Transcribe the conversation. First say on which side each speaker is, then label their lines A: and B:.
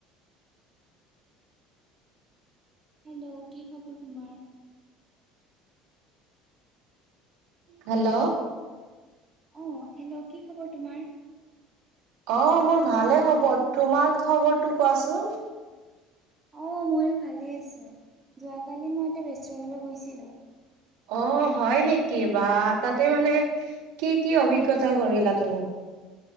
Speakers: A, on the right; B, on the right.
A: হেল্ল' কি খবৰ তোমাৰ?
B: হেল্ল'।
A: অ', হেল্ল' কি খবৰ তোমাৰ?
B: অ মোৰ। ভালে খবৰ, তোমাৰ খবৰ? টো কোৱাচোন?
A: অ', ময়ো ভালে আছো। যোৱাকালি মই এটা ৰেষ্টুৰেন্ট ল গৈছিলো।
B: অ', হয় নেকি বা তাতে মানে কি কি অভিজ্ঞতা কৰিলা তুমি?